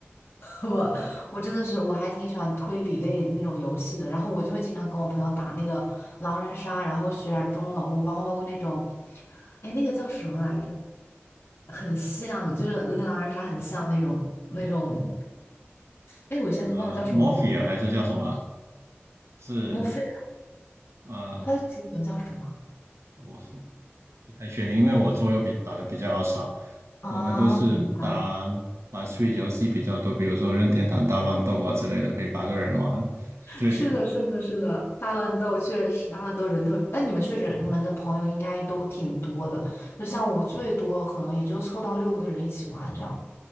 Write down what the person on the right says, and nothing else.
呃 Morphe 还是叫什么？是
呃，
我不太确定，因为我桌游比打的比较少，
我们都是打玩
s w 游戏比较多，比如说任天堂大乱斗啊之类的，可以八个人玩。<laughs> 对，